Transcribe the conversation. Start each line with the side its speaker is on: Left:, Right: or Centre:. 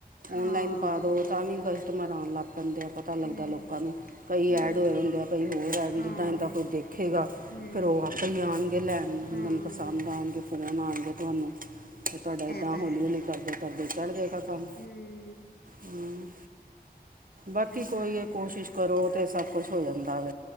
Left: ਹਾਂ
Right: ਔਨਲਾਈਨ ਪਾ ਦਿਉ ਤਾਂ ਵੀ ਕਸਟਮਰ ਆਣ ਲੱਗ ਬੰਦੇ ਆਂ ਪਤਾ ਲੱਗਦਾ
Left: ਹਮ
Right: ਲੋਕਾਂ ਨੂੰ। ਕਈ
Left: ਹਮ
Right: ਐਡ ਹੋ ਜਾਦੇ ਕਈ ਹੋਰ ਐ ਜਾਦੇ,
Left: ਹਾਂ
Right: ਜਿੱਦਾਂ-ਜਿੱਦਾਂ ਕੋਈ ਦੇਖੇਗਾ।
Left: ਹਮ
Right: ਫਿਰ ਉਹ ਆਪ ਕਈ ਆਣਗੇ ਲੈਣ
Left: ਹਾਂ
Right: ਜਿਣਾ
Left: ਹੂੰ
Right: ਨੂੰ ਪਸੰਦ ਆਣਗੇ, ਫੋਨ ਆਣਗੇ ਤੁਹਾਨੂੰ। ਤੇ ਤੁਹਾਡਾ ਏਦਾਂ
Left: ਇਹ ਤਾਂ
Right: ਹੌਲੀ
Left: ਹੈ
Right: ਹਲੀ ਕਰਦੇ-ਕਰਦੇ ਚੜ ਗਏਗਾਾ ਕੰਮ।
Left: ਹੂੰ
Right: ਹੂੰ, ਬਾਕੀ ਕੋਈ
Left: ਤਾਂ ਹੈ
Right: ਇਹ ਕੋਸ਼ਿਸ਼ ਕਰੋ ਤਾਂ ਸਭ ਕੁਛ ਹੋ ਜਾਂਦਾ ਵ